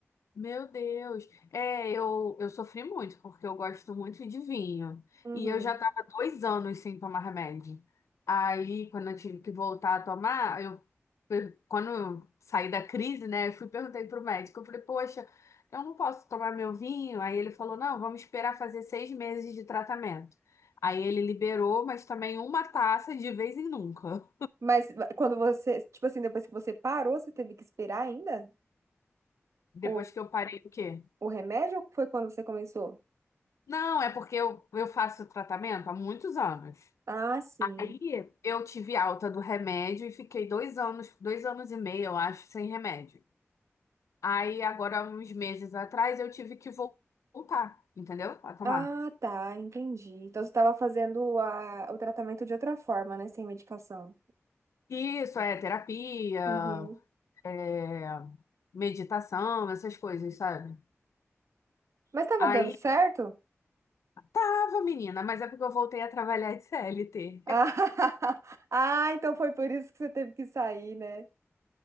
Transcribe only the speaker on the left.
Meu Deus. É, eu, eu sofri muito, porque eu gosto muito de vinho.
E eu já estava dois anos sem tomar remédio. Aí, quando eu tive que voltar a tomar, eu, eu- quando eu saí da crise, né, eu fui e perguntei pro médico. Eu falei, poxa, eu não posso tomar meu vinho. Aí ele falou, não, vamos esperar fazer seis meses de tratamento. Aí ele liberou, mas também uma taça de vez em nunca.
Depois
que eu parei, o quê?
Não, é porque eu, eu faço tratamento há muitos anos.
Aí eu tive alta do remédio e fiquei dois anos, dois anos e meio, eu acho, sem remédio. Aí agora, uns meses atrás, eu tive que vol- voltar, entendeu? A tomar.
Isso é terapia,
é, meditação, essas coisas, sabe?
Aí
tava, menina, mas é porque eu voltei a trabalhar de CLT.